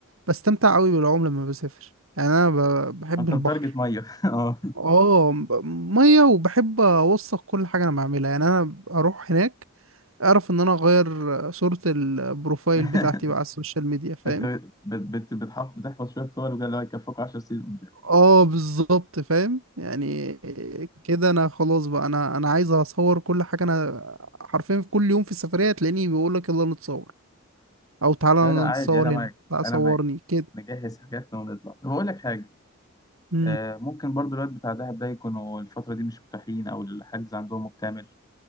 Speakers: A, on the right; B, on the left.
A: بستمتع أوي بالعوم لما بسافر يعني أنا ب- بحب
B: انت
A: البحر
B: متارجت ميه <laughs> اه
A: اه ب- مية وبحب أوثق كل حاجة أنا بعملها يعني أنا أروح هناك أعرف إن أنا أغير صورة البروفايل
B: <laughs>
A: بتاعتي بقى على السوشيال ميديا فاهم
B: انت بت بت بتحف- بتحفظ شويه صور وقال لك يكفوك 10 سنين قدام
A: اه بالظبط فاهم يعني كده أنا خلاص بقى أنا أنا عايز أصور كل حاجة أنا حرفيا في كل يوم في السفرية تلاقيني بيقولك يلا نتصور أو تعالى
B: لا لا عادي
A: نتصور
B: انا معاك
A: هنا لا صورني
B: انا معاك
A: كده
B: نجهز حاجاتنا ونطلع طب اقول لك حاجه
A: مم.
B: آه، ممكن برضو الوقت بتاع دهب ده يكونوا الفتره دي مش متاحين او الحجز عندهم مكتمل